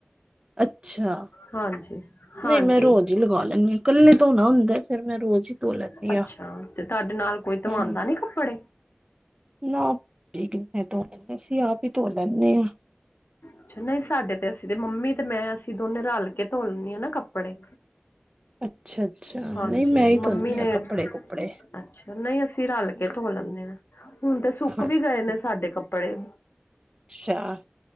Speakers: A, on the right (about 25°); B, on the left (about 65°).
A: ਅੱਛਾ
B: ਹਾਂਜੀ- ਹਾਂਜੀ
A: ਨਹੀਂ ਮੈਂ ਰੋਜ਼ ਹੀ ਲਗਾ ਲੈਂਦੀ ਹਾਂ ਇਕੱਲੇ ਧੋਣਾ ਹੁੰਦਾ ਫਿਰ ਮੈਂ ਰੋਜ਼ ਹੀ ਧੋ ਲੈਂਦੀ
B: ਅੱਛਾ
A: ਹਾਂ
B: ਤੇ ਤੁਹਾਡੇ ਨਾਲ ਕੋਈ ਧਵਾਂਦਾ
A: ਹਾਂ
B: ਨੀ ਕੱਪੜੇ
A: ਨਾ ਕਿਨੇ ਧੋ ਨੇ ਅਸੀਂ ਹੀ ਧੋ ਲੈਂਣੇ ਆ।
B: ਅੱਛਾ ਨਹੀਂ ਸਾਡੇ ਤੇ ਅਸੀਂ ਤੇ ਮੰਮੀ ਤੇ ਮੈਂ ਅਸੀਂ ਦੋਨੇ ਰਲ ਕੇ ਧੋਲੈਣੀ ਆ ਨਾ ਕੱਪੜੇ
A: ਅੱਛਾ -ਅੱਛਾ ਨਹੀਂ
B: ਹਾਂਜੀ
A: ਮੈਂ ਹੀ ਧੋਂਨੀ
B: ਮੰਮੀ ਨੇ
A: ਆ ਕੱਪੜੇ ਕੁਪੜੇ
B: ਅੱਛਾ ਨਹੀਂ ਅਸੀਂ ਰਲ ਕੇ ਧੋ ਲੈਂਣੇ ਆ ਹੁਣ ਤੇ ਸੁੱਕ
A: ਹਾਂਜੀ।
B: ਵੀ ਗਏ ਨੇ ਸਾਡੇ ਕੱਪੜੇ
A: ਅੱਛਾ